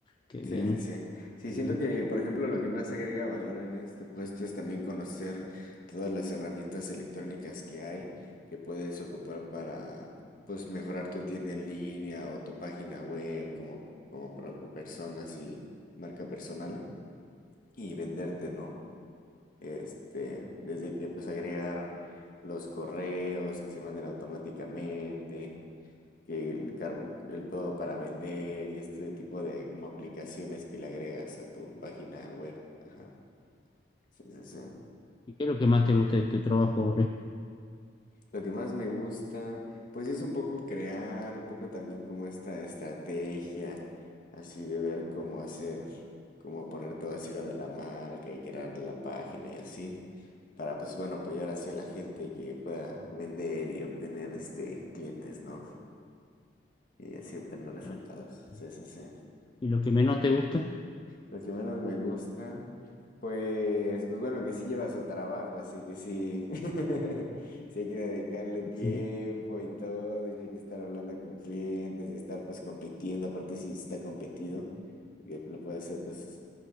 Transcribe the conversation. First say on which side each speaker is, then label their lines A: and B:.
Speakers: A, on the left; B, on the left.
A: Qué
B: Sí,
A: bien,
B: sí, sí. Sí,
A: qué
B: siento
A: bien.
B: que, por ejemplo, lo que más agrega valor en este puesto es también conocer todas las herramientas electrónicas que hay que puedes ocupar para, pues, mejorar tu tienda en línea o tu página web como, como pro- persona, así, marca personal y venderte, ¿no? Este, desde que, pues, agregar los correos que se manden automáticamente que el, cargo- el todo para vender y este tipo de como aplicaciones que le agregas a tu página web. Ajá. Sí, sí, sí.
A: ¿Y qué es lo que más te gusta de tu trabajo, Ole?
B: Lo que más me gusta, pues es un poco crear, un poco también como esta estrategia, así de ver cómo hacer, cómo poner todo así lo de la marca y crear la página y así, para pues bueno, apoyar así a la gente que pueda vender y obtener este clientes, ¿no? Y así obtener resultados.
A: Claro. ¿no?
B: Sí, sí, sí.
A: ¿Y lo que menos te gusta?
B: Lo que menos me gusta, pues, pues bueno, que sí lleva su trabajo, así que sí, <laughs> sí hay que dedicarle tiempo
A: Sí,
B: y todo, y sí hay que estar hablando con clientes y estar pues compitiendo, aparte si está competido, porque lo puede hacer pues